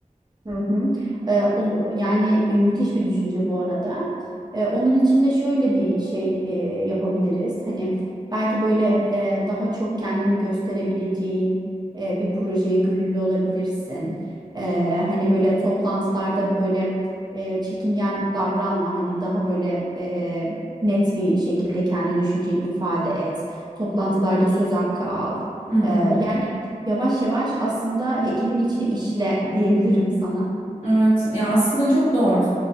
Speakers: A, on the right; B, on the left.
A: Hı hı. Ee, o, yani e, müthiş bir düşünce bu arada. Ee, onun için de şöyle bir şey e, yapabiliriz. Hani belki böyle e, daha çok kendini gösterebileceğin e, bir projeye gönüllü olabilirsin. Ee, hani böyle toplantılarda böyle e, çekingen davranma. Hani daha böyle e, net bir şekilde kendi düşünceni ifade et. Toplantılarda söz hakkı al.
B: Hı hı.
A: Ee, yani Yavaş yavaş aslında ekibin içine işle diyebilirim sana.
B: Evet ya aslında çok doğru